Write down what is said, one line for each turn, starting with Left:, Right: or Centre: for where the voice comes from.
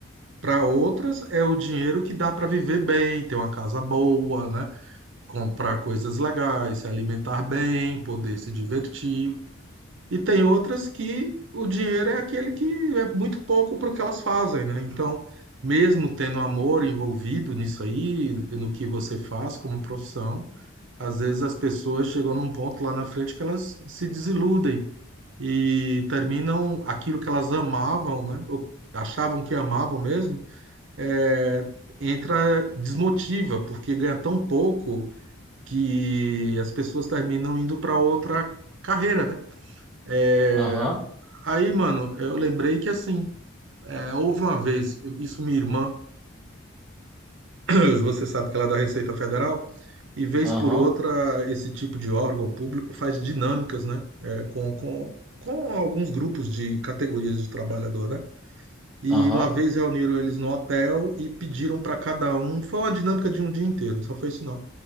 Right: Para outras é o dinheiro que dá para viver bem, ter uma casa boa, né? Comprar coisas legais, se alimentar bem, poder se divertir. E tem outras que o dinheiro é aquele que é muito pouco para o que elas fazem, né? Então, mesmo tendo amor envolvido nisso aí, no que você faz como profissão, às vezes as pessoas chegam num ponto lá na frente que elas se desiludem e terminam aquilo que elas amavam, né? Ou achavam que amavam mesmo, é, entra desmotiva, porque ganha tão pouco que as pessoas terminam indo para outra carreira, né? É,
Centre: aham,
Right: aí, mano, eu lembrei que assim, é, houve uma vez, isso minha irmã, <clears throat> você sabe que ela é da Receita Federal, E vez
Centre: aham,
Right: por outra, esse tipo de órgão público faz dinâmicas, né? É, com, com, com alguns grupos de categorias de trabalhador, né? E
Centre: aham.
Right: uma vez reuniram eles no hotel e pediram para cada um, foi uma dinâmica de um dia inteiro, não só foi isso não.